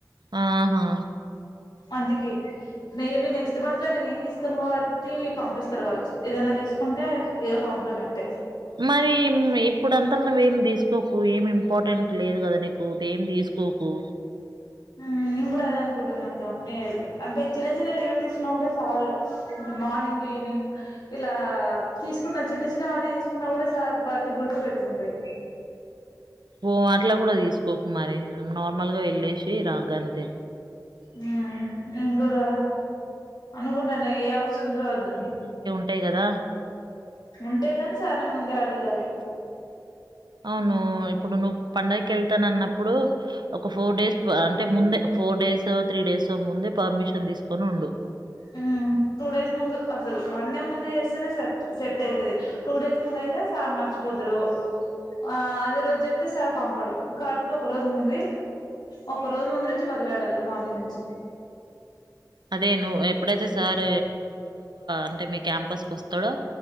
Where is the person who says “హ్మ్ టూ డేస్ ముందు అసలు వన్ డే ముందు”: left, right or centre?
Left